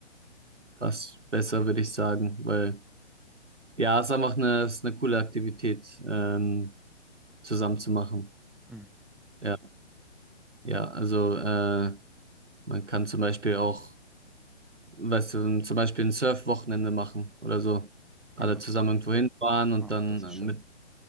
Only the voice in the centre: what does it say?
Mhm.
Ja,
ah,
das ist schön.